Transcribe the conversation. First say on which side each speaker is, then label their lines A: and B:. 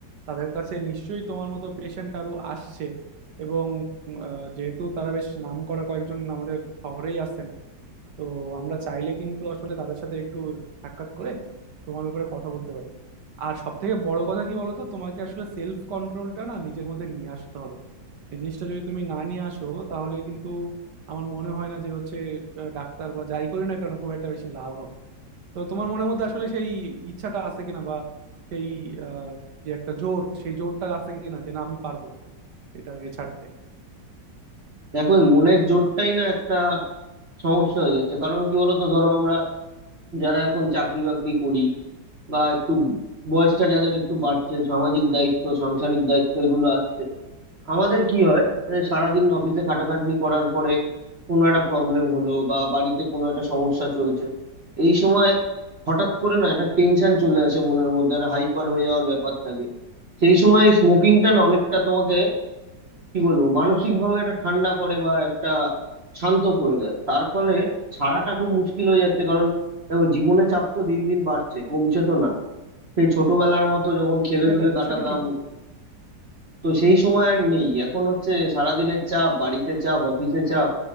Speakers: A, on the right; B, on the right.
A: তাদের কাছে নিশ্চয়ই তোমার মতো পেশেন্ট আরো আসছে এবং আহ, যেহেতু তারা বেশ নাম করা কয়েকজন আমাদের শহরেই আছেন তো আমরা চাইলে কিন্তু আসলে তাদের সাথে একটু সাক্ষাৎ করে তোমার ব্যাপারে কথা বলতে পারি আর সব থেকে বড় কথা কি বলতো তোমাকে আসলে সেলফ কন্ট্রোলটা না নিজের মধ্যে নিয়ে আসতে হবে এই জিনিসটা যদি তুমি না নিয়ে আসো তাহলে কিন্তু আমার মনে হয় না যে হচ্ছে আহ, ডাক্তার বা যাই করি না কেন খুব একটা বেশি লাভ হবে তো তোমার মনের মধ্যে আসলে সেই ইচ্ছাটা আছে কিনা বা সেই আহ, যে একটা জোর সেই জোরটা আছে কিনা যে না আমি পারবো এটা এ ছাড়তে
B: দেখো এই মনের জোরটাই না একটা সমস্যা হয়ে যাচ্ছে কারণ কি বলতো ধরো আমরা যারা এখন চাকরি বাকরি করি বা একটু বয়সটা যাদের একটু বাড়ছে সামাজিক দায়িত্ব সাংসারিক দায়িত্ব এগুলো আসছে আমাদের কি হয় এই সারাদিন অফিসে খাটাখাটনি করার পরে কোনো একটা প্রবলেম হলো বা বাড়িতে কোনো একটা সমস্যা চলছে এই সময় হঠাৎ করে না একটা টেনশন চলে আসে মনের মধ্যে একটা হাইপার হয়ে যাওয়ার ব্যাপার থাকে সেই সময় স্মোকিংটা না অনেকটা তোমাকে কি বলবো মানসিক ভাবে একটা ঠান্ডা করে বা একটা শান্ত করে দেয় তার ফলে ছাড়াটা খুব মুশকিল হয়ে যাচ্ছে কারণ দেখো জীবনে চাপ তো দিন দিন বাড়ছে কমছে তো না সেই ছোটবেলার মতো যখন খেলে
A: সেটাই
B: দুলে কাটাতাম
A: সেটা ঠিক
B: তো সেই সময় আর নেই এখন হচ্ছে সারাদিনের চাপ বাড়িতে চাপ অফিসে চাপ